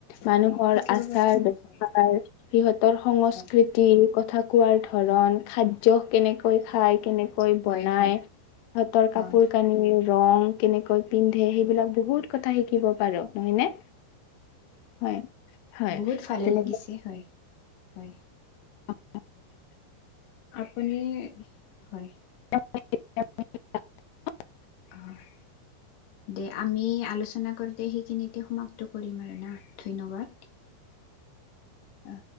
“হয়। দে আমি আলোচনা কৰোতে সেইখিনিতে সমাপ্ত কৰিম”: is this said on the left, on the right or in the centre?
Left